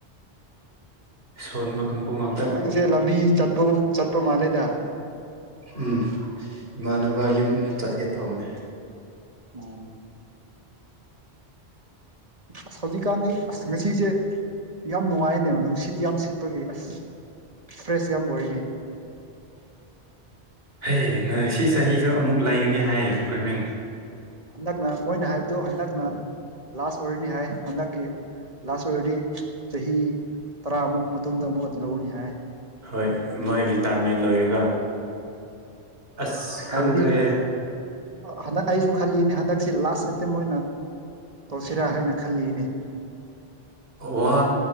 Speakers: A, on the right; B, on the right.
A: ꯁꯣꯟꯕ ꯀꯥꯡꯕꯨ ꯉꯥꯛꯇ
B: ꯅꯪꯁꯦ ꯂꯝꯕꯤ ꯆꯠꯄꯒꯨꯝ ꯆꯠꯄ ꯃꯥꯜꯂꯦꯗ
A: ꯎꯝ ꯏꯃꯥꯟꯅꯕ ꯌꯨꯝ ꯆꯠꯀꯦ ꯇꯧꯕꯅꯦ
B: ꯎꯝ ꯑꯁ ꯍꯧꯖꯤꯛꯀꯥꯟꯗꯤ ꯑꯁ ꯉꯁꯤꯁꯦ ꯌꯥꯝ ꯅꯨꯡꯉꯥꯏꯌ‌ꯦꯅ‌ꯦ ꯅꯨꯡꯁꯤꯠ ꯌꯥꯝ ꯁꯤꯠ ꯑꯩꯈꯣꯏꯒꯤ ꯑꯁ ꯐ꯭ꯔꯦꯁ ꯌꯥꯝ ꯑꯣꯏꯅꯦ
A: ꯍꯩ ꯉꯁꯤ ꯆꯍꯤꯁꯨ ꯑꯃꯨꯛ ꯂꯩꯒꯅꯤ ꯍꯥꯏꯌꯦ ꯔꯤꯀ꯭ꯋꯔꯃꯦꯟ
B: ꯍꯟꯗꯛꯅ ꯃꯣꯏꯅ ꯍꯥꯏꯕꯗꯨ ꯍꯟꯗꯛꯅ ꯂꯥꯁ ꯑꯣꯏꯔꯅꯤ ꯍꯥꯏ ꯍꯟꯗꯛꯀꯤ ꯂꯥꯁ ꯑꯣꯏꯔꯗꯤ ꯆꯍꯤ ꯇꯔꯥꯃꯨꯛ ꯃꯇꯨꯡꯗ ꯑꯃꯨꯛꯀ ꯂꯧꯒꯅꯤ ꯍꯥꯏ
A: ꯍꯣꯏ ꯃꯣꯏ ꯔꯤꯇꯥꯌꯔꯃꯦꯟ ꯂꯣꯏꯔꯒ ꯑꯁ ꯈꯪꯗ꯭ꯔꯦꯍꯦ
B: ꯍꯥꯏꯕꯗꯤ ꯍꯟꯗꯛ ꯑꯩꯁꯨ ꯈꯜꯂꯤꯅꯤ ꯍꯟꯗꯛꯁꯤ ꯂꯥꯁ ꯑꯦꯇꯦꯝꯞ ꯑꯣꯏꯅ ꯇꯧꯁꯤꯔꯥ ꯍꯥꯏꯅ ꯈꯜꯂꯤꯅꯤ
A: ꯋꯥ